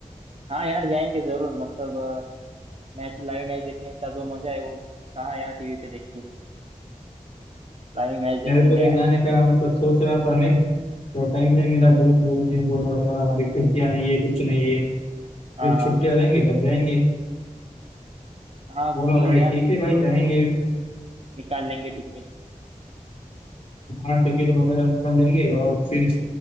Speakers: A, on the right; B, on the left.
A: हाँ यार जाएंगे जरूर मतलब मैच लाइव मैच देखने का जो मजा है वो कहाँ यार टीवी पे देख के लाइव मैच देखेंगे
B: मेरे को भी
A: यार
B: जाने का मतलब सोच रहा था मैं तो टाइम नहीं मिला दोस्त लोग ने बोला "यार, अभी छुट्टियां नहीं है कुछ नहीं है
A: हाँ।
B: जब छुट्टियां रहेंगे तब जाएंगे
A: हाँ
B: बोला
A: जरूर
B: भाई
A: यार
B: ठीक
A: मतलब
B: है भाई जाएंगे
A: निकाल लेंगे टिकट
B: हाँ टिकट वगैरह निकाल देंगे और फिर